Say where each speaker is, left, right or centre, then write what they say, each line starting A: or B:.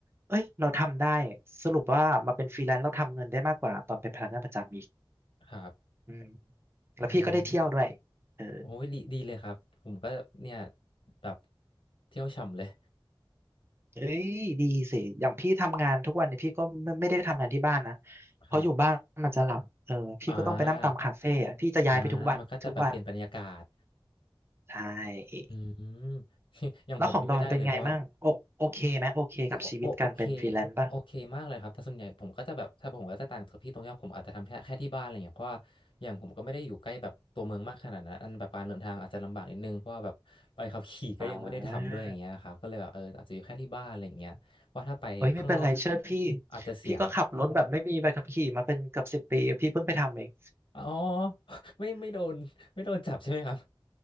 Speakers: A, on the right; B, on the left.
A: เอ้ยเราทำได้สรุปว่ามาเป็นฟรีแลนซ์เราทำเงินได้มากกว่าตอนเป็นพนักงานประจำอีก
B: ครับ
A: อืมแล้วพี่ก็ได้เที่ยวด้วยเออ
B: อืมโอ้ยดีดีเลยครับ ผมก็เนี่ยแบบเที่ยวฉ่ำเลย
A: เอ้ยดีสิอย่างพี่ทำงานทุกวันเนี่ยพี่ก็ไม่ไม่ได้ทำงานที่บ้านนะเพราะอยู่บ้านมันจะหลับเออพี่ก็ต้องไปนั่งตามคาเฟ่อะพี่จะย้ายไปทุกวันทุกวัน
B: ครับอ่าอ่ามันก็จะแบบเปลี่ยนบรรยากาศ
A: ใช่
B: อืม <laughs> อย่างผมนี่ไม่ได้เลยเพราะว่า
A: แล้วของดอนเป็นไงมั่งโอโอเคไหมโอเคกับชีวิตการเป็นฟรีแลนซ์ป่ะ
B: โอโอโอเคโอเคมากเลยครับ แต่ส่วนใหญ่ผมก็จะแบบ ถ้าผมก็จะต่างจากพี่ตรงที่ว่าผมอาจจะทำแค่แค่ที่บ้านอะไรเงี้ยเพราะว่าอย่างผมก็ไม่ได้อยู่ใกล้แบบตัวเมืองมากขนาดนั้นอันแบบการเดินทางอาจจะลำบากนิดนึงเพราะว่าแบบไปขับขี่ก็ยังไม่ได้ทำด้วยอย่างเงี้ยครับก็เลยแบบเอออาจจะอยู่แค่ที่บ้านอะไรเงี้ยเพราะถ้าไปข้างนอก
A: อ่าเอ้ยไม่เป็นไรเชื่อพี่
B: อาจจะเสีย
A: พี่ก็ขับรถแบบไม่มีใบขับขี่มาเป็นเกือบสิบปีพี่เพิ่งไปทำเอง
B: <laughs> อ๋อไม่ไม่โดนไม่โดนจับใช่ไหมครับ